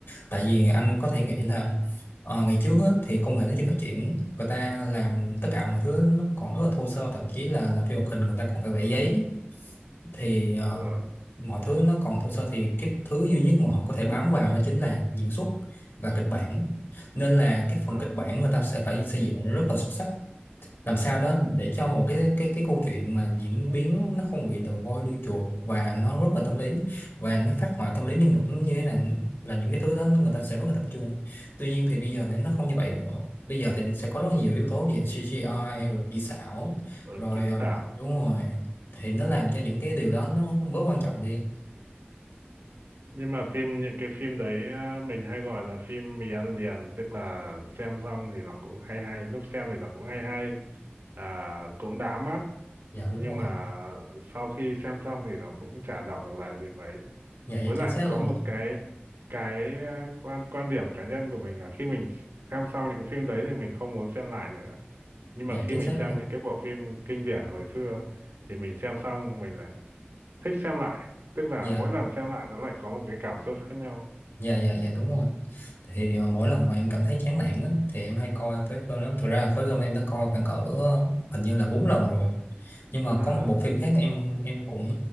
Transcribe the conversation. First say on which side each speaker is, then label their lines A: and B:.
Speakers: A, on the left; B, on the right.
A: tại vì anh có thể nghĩ là ờ, ngày trước á, thì công nghệ nó chưa phát triển người ta làm tất cả mọi thứ nó còn rất là thô sơ thậm chí là làm phim hoạt hình người ta còn phải
B: Ờ,
A: vẽ giấy thì ờ,
B: đúng rồi.
A: mọi thứ nó còn thô sơ thì cái thứ duy nhất mà họ có thể bám vào đó chính là diễn xuất và kịch bản nên là cái phần
B: À,
A: kịch bản người ta sẽ phải xây dựng rất là xuất sắc làm sao đó để cho một cái cái cái câu chuyện mà diễn biến nó không bị đầu voi đuôi chuột và nó rất là tâm lý và nó phát họa tâm lý nhân vật nó như thế nào là những cái thứ đó người ta sẽ rất là tập trung tuy nhiên thì bây giờ thì nó không như vậy nữa bây giờ thì sẽ có rất nhiều yếu tố về CGI
B: ừ.
A: rồi kỹ xảo
B: Rồi
A: rồi
B: kỹ
A: ờ,
B: xảo.
A: đúng
B: Ừ.
A: rồi thì nó làm cho những cái điều đó nó bớt quan trọng đi
B: Nhưng mà phim những cái phim đấy à, mình hay gọi là phim mì ăn liền, tức là xem xong thì nó cũng hay hay, lúc xem thì nó cũng hay hay, à, cũng đã mắt,
A: dạ đúng
B: nhưng
A: rồi
B: mà sau khi xem xong thì nó cũng chả đọng được lại gì mấy.
A: dạ dạ
B: với
A: chính
B: lại
A: xác
B: có
A: luôn
B: một cái cái ờ, quan quan điểm cá nhân của mình là khi mình xem xong những phim đấy thì mình không muốn xem lại nữa nhưng
A: dạ
B: mà khi
A: chính
B: mình
A: xác
B: xem
A: luôn
B: những cái bộ phim kinh điển hồi xưa thì mình xem xong mình lại thích xem lại tức là
A: dạ
B: mỗi lần xem lại nó lại có một cái cảm xúc khác nhau
A: dạ dạ dạ đúng rồi thì ờ, mỗi lần mà em cảm thấy chán nản á, thì em hay coi Phế Cơm lắm thực ra Phế Cơm em đã coi khoảng cỡ ờ, hình như là bốn lần rồi nhưng mà
B: à
A: có một bộ phim khác em em cũng